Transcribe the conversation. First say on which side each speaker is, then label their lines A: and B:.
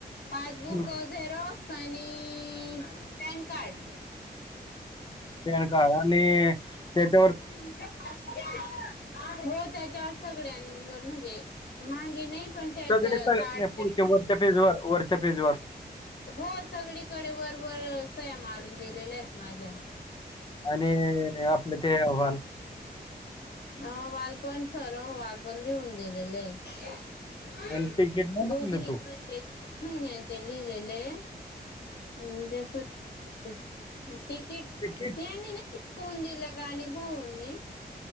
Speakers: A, on the left; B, on the left.
A: पासबुक
B: हं,
A: झेरॉक्स आणि पॅन कार्ड.
B: पॅनकार्ड आणि से --
A: <unintelligible> हो त्याच्या सगळ्यांवर म्हणजे मागे नाही -- पण त्याच
B: सगळे सगळे
A: कार्ड
B: पुढच्या
A: <unintelligible>
B: वरच्या पेजवर वरच्या पेजवर
A: हो सगळीकडे वरवर -- सह्या मारून दिलेल्या आहेत माझ्या.
B: आणि आपले ते अहवाल --
A: अहवाल पण सर अहवाल पण लिहून दिलेला हैत.
B: आणि तिकीट नाही
A: दोघी
B: मागले तू
A: म्हणजे -- महिन्याचे लिहिलेले आणि जे सुट्ट्या -- तिकीट
B: तिकीट
A: यांनी नाही चिकवून दिलं का अनिल भाऊंनी?